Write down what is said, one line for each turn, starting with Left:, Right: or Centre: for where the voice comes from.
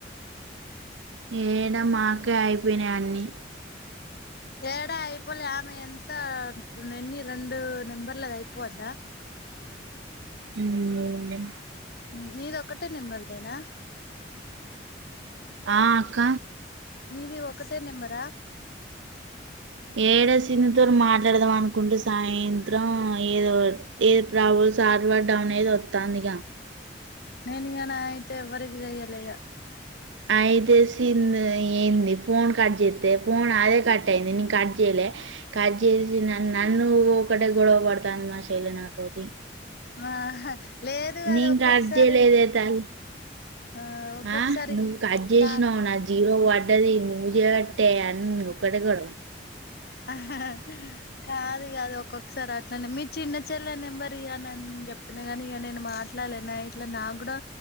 Right: ఏడా, మాకే అయిపోయినయ్ అన్నీ.
Left: ఏడా, అయిపోలే ఆమె ఎంత? పొద్దునే, ఎన్ని రెండు నంబర్లది అయిపోవద్దా?
Right: ఉమ్మ్.
Left: ఉమ్, నీది ఒక్కటే నెంబర్ దేనా?
Right: ఆ, అక్క.
Left: నీది ఒక్కటే నెంబర్ ఆ?
Right: ఏడా, సింధుతోని మాట్లాడదాం అనుకుంటే సాయం. త్రా, ఏదో ఏ ప్రాబ్ల్స్ సర్వర్ డౌన్ ఏదో వస్తాంది.
Left: నేను ఇగ నైట్ ఎవ్వరికి చెయ్యాలే, ఇగ.
Right: అయితే, సింధు ఏంది? ఫోన్ కట్ జేస్తే ఫోన్ అదే కట్ అయింది. నేను కట్ జేయలే. కట్ జేసిన్ నన్ను ఒకటే గొడవ పడతాంది మా చెల్లె నాతోటి.
Left: ఆ లేదు
Right: నేను
Left: అది ఒక్కొక్కసారి
Right: కట్ జేయలేదే తల్లి.
Left: ఆ ఒక్కొక్కసారి
Right: ఆ, నువ్వు కట్ జేసినవ్.
Left: దాన్
Right: నాది జీరో పడ్డది నువ్వు. జేయవట్టే అన్నీ, ఒక్కడే గొడవా?
Left: ఆ హా హా కాదు, ఇగ అది ఒక్కొక్కసారి అట్లనే, మీ చిన్నద్. చెల్లె నెంబర్ ఇయ్యానన్ చెప్పిన గానీ, ఇగ నేను మాట్లాడలే నైట్ల. నాకు కూడా